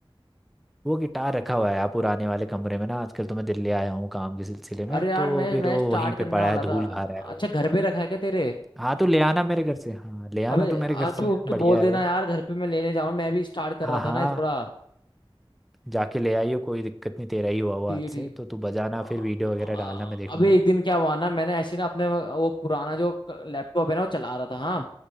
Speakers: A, in the centre; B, on the left.
A: वो गिटार रखा हुआ है यार पुराने वाले कमरे में ना आजकल तो मैं दिल्ली आया हूँ काम के सिलसिले में
B: अरे यार
A: तो
B: मैं
A: फिर
B: मैं
A: वो
B: स्टार्ट
A: वहीं पे
B: करने
A: पड़ा
B: वाला
A: है धूल
B: था
A: खा रहा है
B: अच्छा
A: वो
B: घर पे रखा है क्या तेरे
A: हाँ तो ले आना मेरे घर से हाँ ले आना
B: अबे
A: तू मेरे
B: आ
A: घर से
B: तू तू
A: बढ़िया
B: बोल
A: है
B: देना
A: वो
B: यार घर पे मैं लेने जाऊँ मैं भी स्टार्ट कर
A: हाँ
B: रहा
A: हाँ
B: था ना ये थोड़ा
A: जाके ले आइयो कोई दिक्कत नहीं तेरा ही हुआ हुआ
B: ठीक
A: हाथ
B: है ठीक
A: से तो तू बजाना
B: आ-
A: फिर वीडियो वगैरह डालना
B: आ-
A: मैं देखूंगा
B: अबे एक दिन क्या हुआ ना मैंने ऐसे ना अपने वो पुराना जो लैपटॉप है ना वो चला रहा था हाँ